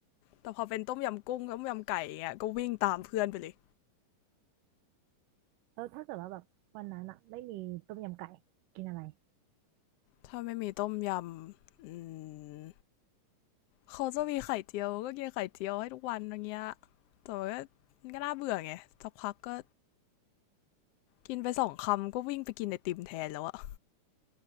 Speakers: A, on the left; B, on the right.
A: แต่พอเป็นต้มยำกุ้งต้มยำไก่อยงเงี้ยก็วิ่งตามเพื่อนไปเลย
B: แล้วถ้าเกิดว่าแบบวันนั้นอ่ะไม่มีต้มยำไก่กินอะไร
A: ถ้าไม่มีต้มยำอืม เขาจะมีไข่เจียวก็กินไข่เจียวให้ทุกวันอย่างเงี้ยแต่ว่าก็มันก็น่าเบื่อไงสักพักก็กินไปสองคำก็วิ่งไปกินไอติมแทนแล้วอะ